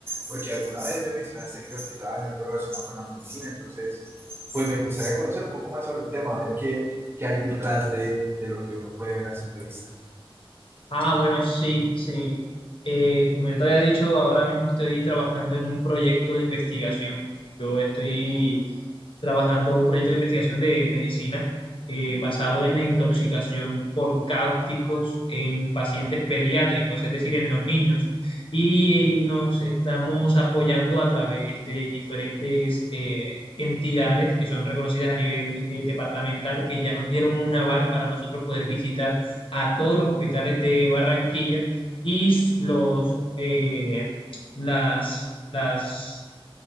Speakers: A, on the right; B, on the left.
A: porque alguna vez me mencionaste, creo que trabajas en algo relacionado con la medicina, entonces, pues me gustaría conocer un poco más sobre el tema, a ver qué, qué hay detrás de, de lo que uno puede ver a simple vista.
B: Ah, bueno, sí, sí. Eh, como ya te había dicho, ahora mismo estoy trabajando en un proyecto de investigación. Yo estoy trabajando un proyecto de investigación de medicina eh, basado en la intoxicación por cáusticos en pacientes pediátricos, es decir, en los niños. Y nos estamos apoyando a través de diferentes eh, entidades que son reconocidas a nivel eh, departamental, que ya nos dieron un aval para nosotros poder visitar a todos los hospitales de Barranquilla y los, eh, las, las